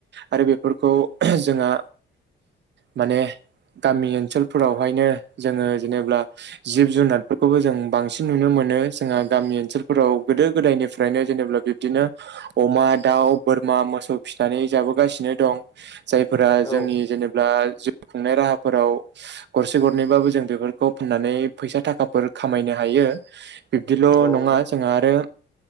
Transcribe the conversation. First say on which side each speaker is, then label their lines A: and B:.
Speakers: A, on the right (about 60°); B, on the left (about 20°).
A: आरो बेफोरखौ जोंहा माने। गामि ओनसोलफोरावहायनो जोंङो जेनेब्ला जिब जुनारफोरखौबो जों बांसिन नुनो मोनो। जोंहा गामि ओनसोलफोराव गोदो गोदायनिफ्रायनो जेनेबा बिब्दिनो अमा दाउ बोरमा मोसौ फिनानै जाबोगासिनो दं जायफोरा
B: औ
A: जोंनि जेनेब्ला जिउ खुंनाय राहाफोराव गरसे गरनैबाबो जों बेफोरखौ फाननानै फैसा थाखाफोर खामायनो हा यो बिबदिल'
B: औ
A: नङा
B: नोंथां
A: जोंहा आरो